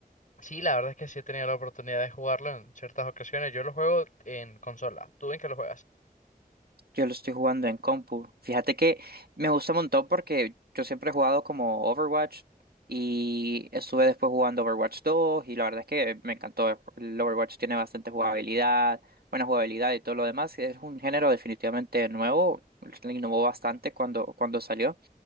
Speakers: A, on the left; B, on the right.
A: Sí, la verdad es que sí he tenido la oportunidad de jugarlo en ciertas ocasiones. Yo lo juego en consola. ¿Tú en qué lo juegas?
B: Yo lo estoy jugando en compu. Fíjate que me gusta un montón porque yo siempre he jugado como Overwatch y estuve después jugando Overwatch 2 y la verdad es que me encantó. El Overwatch tiene bastante jugabilidad, buena jugabilidad y todo lo demás. Es un género definitivamente nuevo. Innovó bastante cuando, cuando salió.